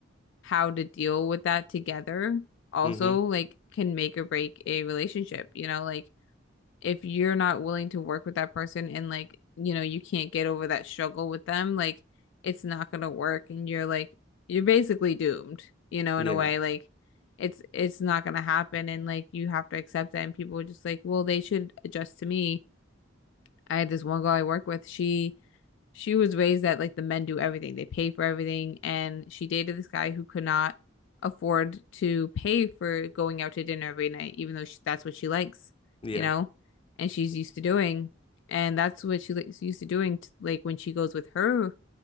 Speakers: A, on the left (about 65°); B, on the left (about 30°).
A: how to deal with that together also
B: Mm-hmm.
A: like can make or break a relationship, you know, like if you're not willing to work with that person and like, you know, you can't get over that struggle with them, like it's not gonna work and you're like you're basically doomed, you know,
B: Yeah,
A: in a way like it's it's not gonna happen and like you have to accept that and people are just like, well, they should adjust to me I had this one girl I work with. She she was raised that like the men do everything. They pay for everything. And she dated this guy who could not afford to pay for going out to dinner every night, even though she, that's what she likes,
B: yeah,
A: you know, and she's used to doing. And that's what she likes used to doing t like when she goes with her